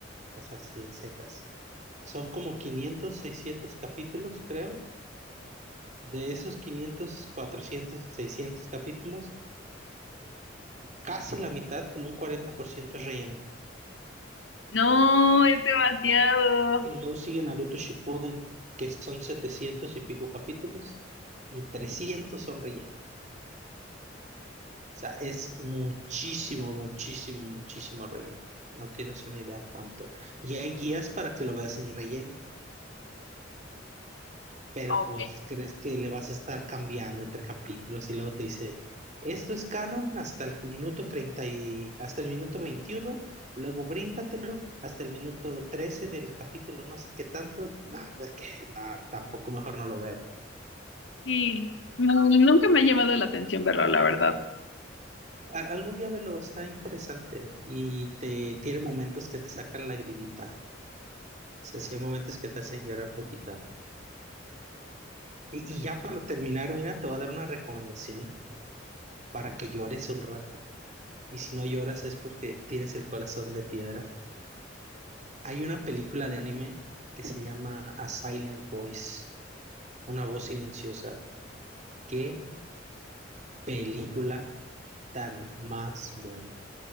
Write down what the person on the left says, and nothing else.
No, es demasiado.
Ok,
sí. No, nunca me ha llamado la atención verlo, la verdad.